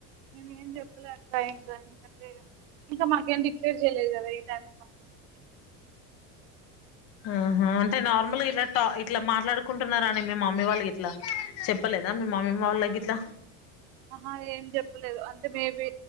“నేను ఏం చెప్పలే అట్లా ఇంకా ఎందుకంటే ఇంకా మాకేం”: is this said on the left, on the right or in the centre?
Right